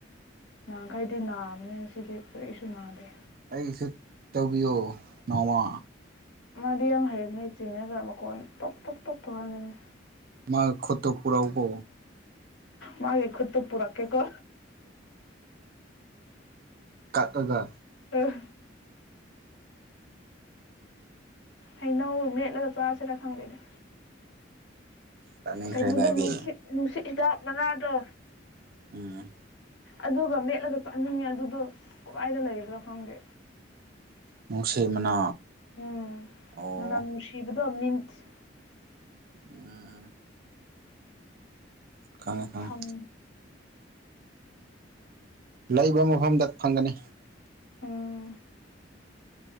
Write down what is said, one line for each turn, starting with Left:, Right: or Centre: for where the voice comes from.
Left: ꯉꯪ ꯀꯥꯏꯗꯤꯅ ꯅꯤ ꯁꯤꯗꯤ ꯀꯨꯛꯏꯁꯨ ꯅꯥꯗꯦ
Right: ꯑꯩꯁꯨ ꯇꯧꯕꯤꯌꯣ ꯅꯣꯡꯃ
Left: ꯃꯥꯗꯤ ꯌꯥꯝ ꯍꯩꯕꯅꯦ ꯆꯤꯡꯉꯒ ꯃꯈꯣꯟ ꯇꯣꯄ ꯇꯣꯛ ꯇꯣꯣꯛꯄ ꯇꯧꯔꯃꯤ
Right: ꯃꯥ ꯀꯇꯄꯨꯔꯥꯎꯕꯣ
Left: ꯃꯥꯈꯣꯠꯇ ꯄꯨꯔꯛ ꯀꯦꯀ
Right: ꯀꯗ
Left: ꯨ ꯍꯩꯅꯧ ꯃꯦꯠꯂꯒ ꯆꯁꯤꯔꯥ ꯈꯪꯗꯣꯏꯗ
Right: ꯆꯥꯅꯤꯡꯈ꯭ꯔꯦꯗ
Left: ꯀꯩꯅꯣꯗꯣ
Right: ꯑꯩꯗꯤ
Left: ꯅꯨꯡꯁꯤꯠ ꯅꯨꯡꯁꯤꯠ ꯍꯤꯗꯥꯛ ꯃꯉꯥꯗꯣ
Right: ꯎꯝ
Left: ꯑꯗꯨꯒ ꯃꯦꯠꯂꯒ ꯆꯠꯅꯤꯡꯉꯦ ꯑꯗꯨꯗꯣ ꯑ ꯀꯗꯥꯏꯗ ꯂꯩꯕ꯭ꯔꯣ ꯈꯪꯗꯦ
Right: ꯅꯨꯡꯁꯤ ꯃꯅꯥ
Left: ꯎꯝ
Right: ꯑꯣ
Left: ꯃꯅ ꯃꯅꯨꯡꯁꯤꯕ ꯗꯣ ꯃꯤꯆ
Right: ꯑꯝ ꯈꯉꯦ ꯈꯉꯦ
Left: ꯐꯪ
Right: ꯂꯩꯕ ꯃꯐꯝꯗ ꯐꯪꯒꯅꯤ
Left: ꯎꯝ